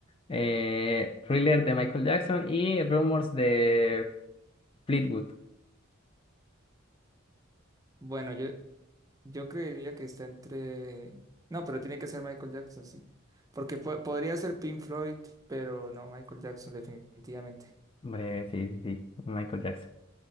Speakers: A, on the left; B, on the right.
A: Eh, Thriller de Michael Jackson y Rumors de Fleetwood.
B: Bueno, yo, yo creería que está entre... No, pero tiene que ser Michael Jackson, sí. Porque po- podría ser Pink Floyd, pero no Michael Jackson, definitivamente.
A: Hombre, sí, sí, sí. Michael Jackson.